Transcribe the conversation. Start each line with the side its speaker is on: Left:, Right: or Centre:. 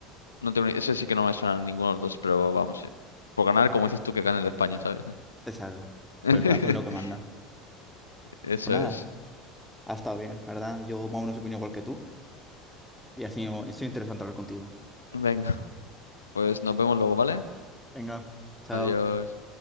Left: no tengo ni- ese sí que no me suena a ninguno de los dos, pero vamos, sí. Por ganar, como dices tú, que gane el de España, ¿sabes?
Centre: Exacto.
Left: <laughs>
Centre: Con el corazón lo que manda.
Left: Eso
Centre: Pues nada,
Left: es.
Centre: ha estado bien, ¿verdad? Yo más o menos opino igual que tú. Y así es interesante hablar contigo.
Left: Venga. Pues nos vemos luego, ¿vale?
Centre: Venga, chao.
Left: Adiós.